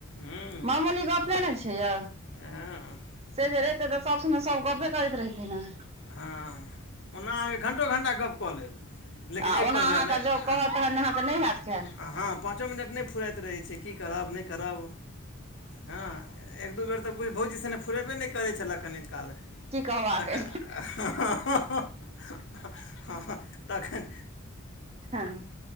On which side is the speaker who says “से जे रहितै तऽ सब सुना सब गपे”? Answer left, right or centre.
Right